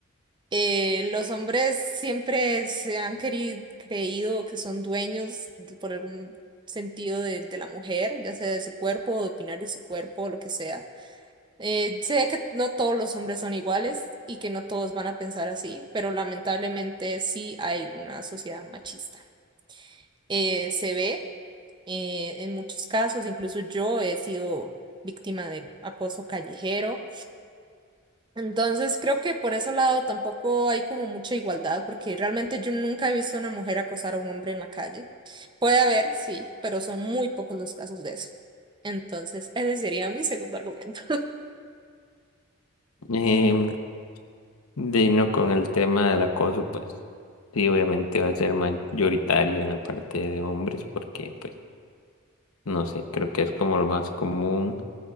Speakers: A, on the right; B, on the left.
A: Eh, los hombres siempre se han querido, creído que son dueños de- por algún sentido de, de la mujer, ya sea de su cuerpo o de opinar de su cuerpo o lo que sea. Eh, sé que no todos los hombres son iguales y que no todos van a pensar así, pero lamentablemente sí hay una sociedad machista. Eh, se ve eh, en muchos casos, incluso yo he sido víctima de acoso callejero entonces creo que por ese lado tampoco hay como mucha igualdad, porque realmente yo nunca he visto a una mujer acosar a un hombre en la calle. Puede haber, sí, pero son muy pocos los casos de eso. Entonces, ese sería mi segundo argumento.
B: Em, de no con el tema del acoso, pues sí, obviamente va a ser mayoritario en la parte de hombres porque pues No sé, creo que es como lo más común.